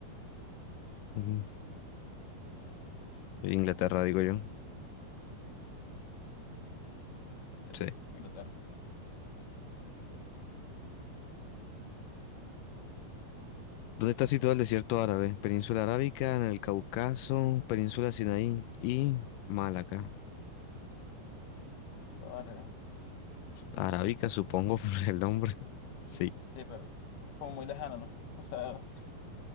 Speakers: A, on the left; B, on the left.
A: Ujú. Inglaterra, digo yo.
B: Sí,
A: Sí.
B: Inglaterra.
A: ¿Dónde está situado el desierto árabe? Península Arábica, en el Cáucaso, Península Sinaí y Malaca.
B: Sí, ahora,
A: Arábica,
B: es que-
A: supongo, <laughs> por el nombre. Sí.
B: sí, pero es como muy lejano, ¿no? O sea,